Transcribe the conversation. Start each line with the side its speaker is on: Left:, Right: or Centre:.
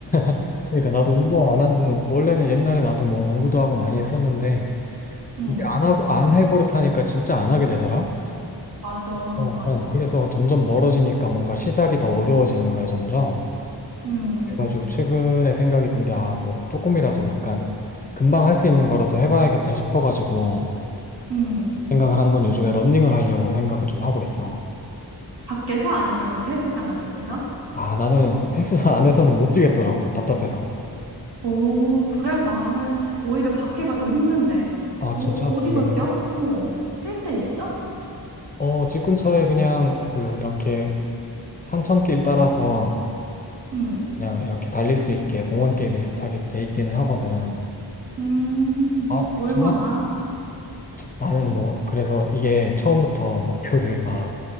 Left: <laughs> 그러니까 나도 운동 안 한 지, 원래는 옛날에 나도 뭐 농구도 하고 많이 했었는데,
Right: 응.
Left: 이게 안, 하, 안 해버릇하니까 진짜 안 하게 되더라?
Right: 맞아,
Left: 어,
Right: 맞아.
Left: 어, 그래서 점점 멀어지니까 뭔가 시작이 더 어려워지는 거야, 점점.
Right: 음
Left: 그래가지고 최근에 생각이 든 게, 아, 뭐 조금이라도 약간 금방 할 수 있는 거라도 해봐야겠다 싶어가지고,
Right: 음
Left: 생각을 한 건 요즘에 런닝을 하려고 생각을 좀 하고 있어.
Right: 밖에서 아니면 그 헬스장 같은 데서?
Left: 아, 나는 헬스장 안에서는 못 뛰겠더라고, 그 답답해서.
Right: 오, 그래? 나는 오히려 밖에가 더 힘든데.
Left: 아,
Right: 오,
Left: 진짜?
Right: 어디서
Left: 왜 그래?
Right: 뛰어? 어, 뛸 때 있어?
Left: 어, 집 근처에 그냥 그 이렇게 산천길 따라서
Right: 응.
Left: 그냥 이렇게 달릴 수 있게 공원길 비슷하게 돼 있기는 하거든.
Right: 음,
Left: 아, 그치만
Right: 얼마나?
Left: 나는 뭐, 그래서 이게 처음부터 목표를 막